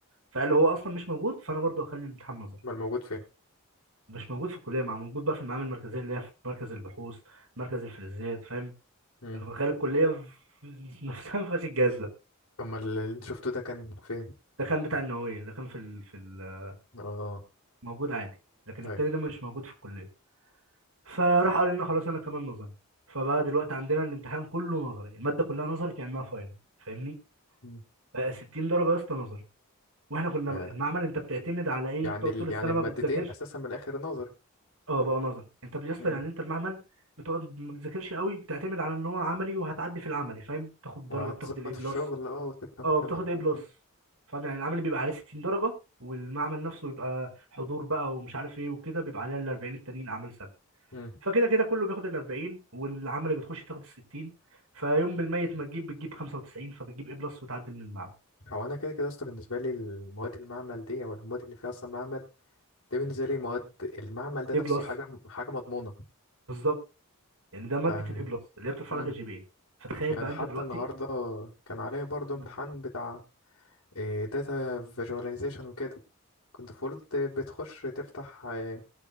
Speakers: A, on the right; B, on the left.
A: فقال له هو اصلا مش موجود فانا برضه هخلي الامتحان نظري
B: امال الموجود فين
A: مش موجود في الكليه مع موجود بقى في المعامل المركزيه اللي هي في مركز البحوث مركز الفلزات فاهم
B: امم
A: انا متخيل الكليه في- <laughs> نفسها ما فيهاش الجهاز ده
B: امال اللي انت شفته ده كان فين
A: ده كان بتاع النوويه ده كان في ال... في ال...
B: اه
A: موجود عادي لكن
B: ايوه
A: التاني ده مش موجود في الكليه فراح قال لنا خلاص انا كمان نظري فبقى دلوقتي عندنا الامتحان كله نظري الماده كلها نظري كانها فاينل فاهمني
B: مم.
A: بقى 60 درجه يا اسطى نظري واحنا كنا
B: يا-
A: المعمل انت بتعتمد على ايه
B: يعني
A: بتقعد
B: ال...
A: طول السنه
B: يعني المادتين
A: ما بتذاكرش
B: اساسا من الاخر نظري
A: اه بقى نظري انت يا اسطى
B: امم
A: يعني انت المعمل بتقعد ما بتذاكرش قوي بتعتمد على ان هو عملي وهتعدي في العملي فاهم تاخد درجه
B: وهتظبط
A: بتاخد الاي بلس
B: الشغل اه وتفهم
A: اه
B: كام
A: بتاخد
B: حاجة.
A: اي بلس فاهم يعني العملي بيبقى عليه 60 درجه والمعمل نفسه بيبقى حضور بقى ومش عارف ايه وكده بيبقى عليه ال 40 التانيين اعمال سنه.
B: امم
A: فكده كده كله بياخد ال 40 والعملي بتخش تاخد ال 60 فيوم بالميت ما تجيب بتجيب 95 فبتجيب اي بلس وتعدي من المعمل
B: هو انا كده كده اصلا بالنسبه لي المواد المعمل دي او المواد اللي فيها اصلا معمل ده بالنسبه لي مواد المعمل ده نفسه
A: اي بلس
B: حاجه حاجه مضمونه
A: بالظبط يعني ده ماده
B: ف...
A: الاي بلس اللي هي بترفع
B: امم
A: لك الجي بي فتخيل
B: يعني
A: بقى
B: حتى
A: انت دلوقتي
B: النهارده كان عليا برضو
A: مم.
B: امتحان بتاع داتا فيجواليزيشن وكده كنت المفروض بتخش تفتح آه،